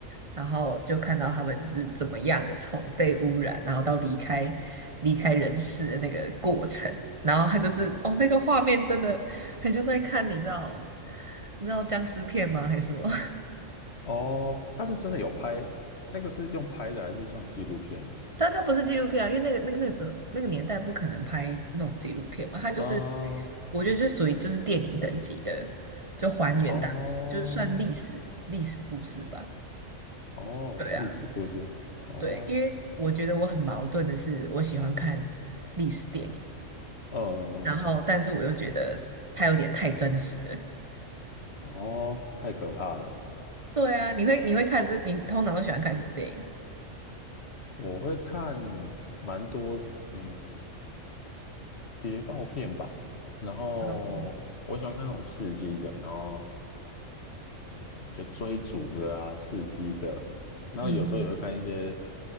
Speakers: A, on the right; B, on the left.
A: 然后就看到他们就是怎么样从被污染，然后到离开离开人世的那个过程。然后他就是哦，那个画面真的很像在看，你知道你知道僵尸片吗？还是什么？
B: 哦，他是真的有拍，那个是用拍的还是算纪录片呢？
A: 但它不是纪录片啊，因为那个、那个、那个、那个年代不可能拍那种纪录片嘛，它就是，
B: 啊，呃
A: 我觉得就属于就是电影等级的，就还原当时，
B: 哦
A: 就是算历史历史故事吧。
B: 哦，
A: 对啊，
B: 历史故事，哦，
A: 对，因为我觉得我很矛盾的是，我喜欢看历史电影，
B: 呃，
A: 然后但是我又觉得它有点太真实了
B: 哦，太可怕了。
A: 对啊，你会你会看这，你通常都喜欢看什么电影？
B: 我会看蛮多，嗯，谍报片吧，然后我喜欢看那种刺激的，
A: 嗯，
B: 然后诶、就追逐的啊，刺激的，然后有时候也会看一些
A: 嗯